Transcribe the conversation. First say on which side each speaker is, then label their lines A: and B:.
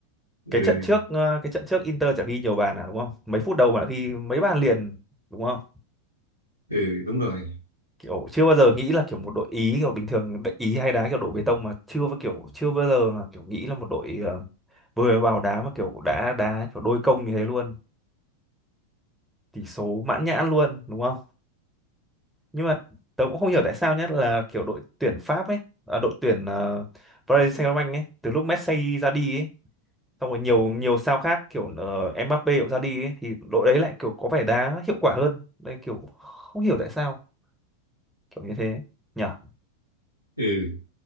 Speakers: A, on the right (about 85°); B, in the centre.
A: ừ
B: cái trận trước ờ, cái trận trước Inter chả ghi nhiều bàn à đúng không mấy phút đầu bạn ghi mấy bàn liền đúng không
A: ừ đúng rồi
B: kiểu chưa bao giờ nghĩ là kiểu một đội Ý kiểu bình thường đội Ý hay đá kiểu đổ bê tông mà chưa bao kiểu chưa bao giờ là kiểu nghĩ là một đội ờ, vừa mới vào đá mà kiểu đã đá kiểu đôi công như thế luôn tỷ số mãn nhãn luôn đúng không nhưng mà tớ cũng không hiểu tại sao nhất là kiểu đội tuyển Pháp ấy à, đội tuyển ờ, Paris Saint-Germain ấy từ lúc Messi ra đi ấy xong rồi nhiều nhiều sao khác kiểu uh, Mbappe cũng ra đi ấy thì đội đấy lại kiểu có vẻ đá hiệu quả hơn đây kiểu không hiểu tại sao kiểu như thế nhở
A: ừ